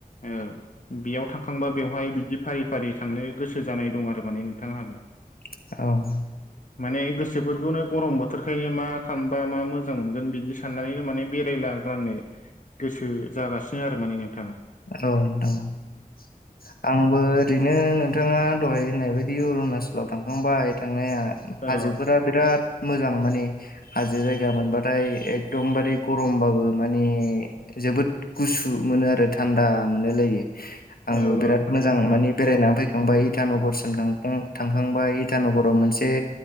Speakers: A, on the left; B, on the left.
A: औ। बेयाव थांखांबा बेवहाय बिदि फारि फारि थांनो गोसो जानाय दं आरो माने नोंथां आंहाबो।
B: औ
A: माने गोसोफोरखौनो गरम बोथोरखायनो मा खालामबा मा मोजां मोनगोन बिदि साननानैनो माने बेरायला नो गोसो जागासिनो आरो माने नोंथाङा।
B: हेलौ नोंथां। आंबो ओरैनो नोंथाङा दहाय होननाय बायदि अरुणाचलाव थांखांबाय थांनाया। हाजोफोरा
A: औ
B: बिराद मोजां माने। हाजो जायगा मोनबाथाय एकदम बारे गरमबाबो माने जोबोद गुसु मोनो आरो थान्दा मोनलायो
A: औ
B: आंबो बिराद
A: नंगौ
B: मोजां
A: नोंथां
B: माने बेरायनानै फैखांबाय इटा नगरसिम थांखां थांखांबाया इटा नगराव मोनसे।